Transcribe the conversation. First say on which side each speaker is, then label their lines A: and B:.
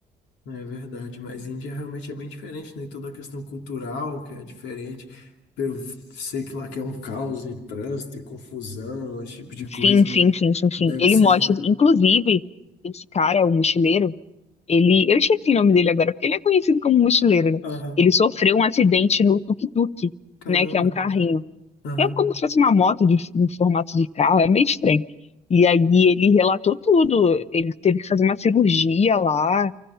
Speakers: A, on the left; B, on the left.
A: É verdade, mas Índia realmente é bem diferente, né? Toda a questão cultural que é diferente. Eu sei que lá que é um caos em trânsito e confusão, esse tipo de coisa.
B: Sim, sim, sim, sim, sim, sim.
A: Deve
B: Ele
A: ser
B: mostra,
A: uma...
B: inclusive, esse cara, o mochileiro Ele, eu esqueci o nome dele agora, porque ele é conhecido como mochileiro, né?
A: Aham,
B: Ele sofreu um acidente no tuk-tuk,
A: caramba.
B: né? Que é um carrinho.
A: Aham,
B: É como se fosse uma moto de, em formato de carro, é meio estranho. E aí ele relatou tudo. Ele teve que fazer uma cirurgia lá,